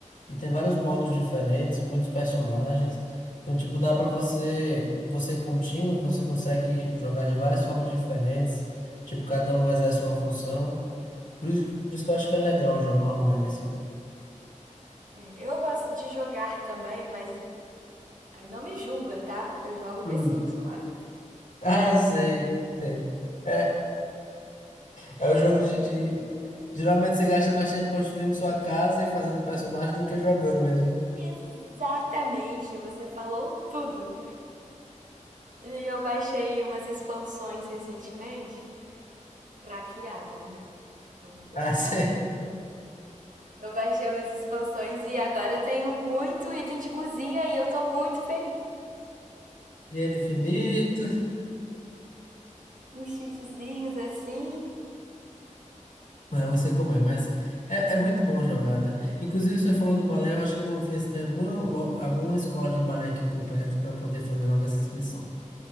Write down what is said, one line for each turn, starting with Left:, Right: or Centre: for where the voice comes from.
Left: e tem vários modos diferentes, muitos personagens. Então, tipo, dá pra você, você com o time, você consegue jogar de várias formas diferentes, tipo, cada um exerce uma função. Por isso, por isso que eu acho que é legal jogar online assim.
Right: É, eu gosto de jogar também, mas aí não me julga, tá? Eu jogo
Left: Hum.
Right: The Sims
Left: <laughs>
Right: quatro.
Left: Ah, eu sei, sei. É, é
Right: Eu
Left: o jogo
Right: gosto.
Left: de, de, Geralmente você gasta mais tempo construindo sua casa e fazendo personagem do que jogando mesmo, né?
Right: Exatamente, você falou tudo. E eu baixei umas expansões recentemente, craqueadas, né? Vamos lá.
Left: Ah, <laughs> sim.
Right: Eu baixei umas expansões e agora eu tenho muito item de cozinha e eu tô muito feliz.
Left: Dinheiro infinito.
Right: Uns cheatzinhos assim.
Left: Não, eu sei como é, mas é, é muito bom jogar, né? Inclusive, você falou do balé, eu acho que eu vou ver se tem alguma, lo- alguma escola de balé aqui por perto para poder fazer logo essa inscrição.